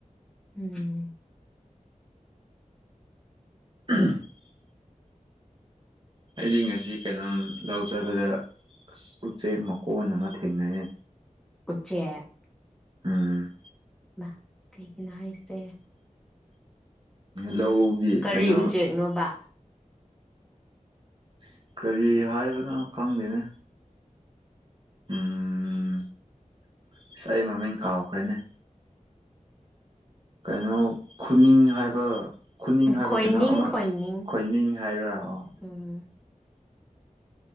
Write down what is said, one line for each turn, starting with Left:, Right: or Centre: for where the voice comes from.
Centre: ꯎꯝ
Right: <inaudible> ꯑꯩꯗꯤ ꯉꯁꯤ ꯀꯩꯅꯣꯝ ꯂꯧ ꯆꯠꯄꯗ ꯎꯆꯦꯛ ꯃꯀꯣꯟ ꯑꯃ ꯊꯦꯡꯅꯩꯌꯦ
Centre: ꯎꯆꯦꯛ
Right: ꯎꯝ
Centre: ꯃꯥ ꯀꯩꯒꯤꯅꯣ ꯍꯥꯏꯁꯦ
Right: ꯂꯧꯒꯤ
Centre: ꯀꯔꯤ
Right: ꯀꯩꯅꯣ
Centre: ꯎꯆꯦꯛꯅꯣꯕ
Right: ꯑ ꯀꯔꯤ ꯍꯥꯏꯕꯅꯣ ꯈꯪꯗꯦꯅꯦ ꯎꯝ ꯑꯁ ꯑꯩ ꯃꯃꯤꯡ ꯀꯥꯎꯈ꯭ꯔꯦꯅꯦ ꯀꯩꯅꯣ ꯈꯨꯅꯤꯡ ꯍꯥꯏꯕ ꯈꯨꯅꯤꯡ ꯍꯥꯏꯕ
Centre: ꯈꯣꯏꯅꯤꯡ
Right: ꯀꯩꯅꯣ ꯑꯃ
Centre: ꯈꯣꯏꯅꯤꯡ
Right: ꯈꯣꯏꯅꯤꯡ ꯍꯥꯏꯕ꯭ꯔꯥ ꯑꯣ
Centre: ꯎꯝ